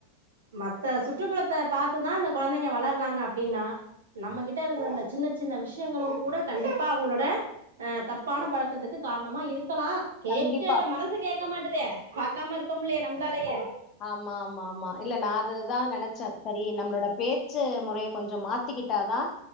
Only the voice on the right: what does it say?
மத்த சுற்றுப்புறத்த பாத்துதா அந்த கொழந்தைங்க வளர்றாங்க அப்டின்னா நம்மகிட்ட இருக்குற அந்த சின்னச் சின்ன விஷயங்களுங்கூட கண்டிப்பா அவுங்களோட அ தப்பான பழக்கத்துக்கு காரணமா இருக்கலா கேக்க
மனசுக் கேக்க மாட்டுதே பாக்காம இருக்க முல்லயே நம்ப்ளாலயே